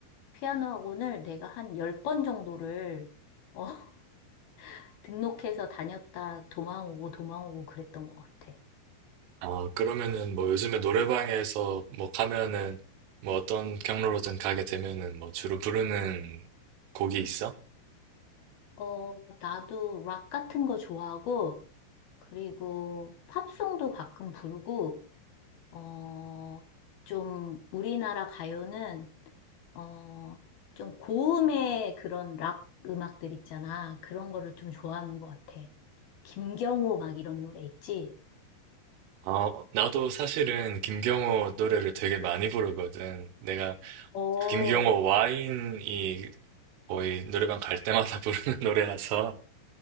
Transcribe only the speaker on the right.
어, 그러면은 뭐 요즘에 노래방에서 뭐 가면은 뭐 어떤 경로로든 가게 되면은 뭐 주로 부르는 곡이 있어?
어, 나도 사실은 김경호 노래를 되게 많이 부르거든. 내가
김경호 와인이 거의 노래방 갈 때마다 <laughs> 부르는 노래라서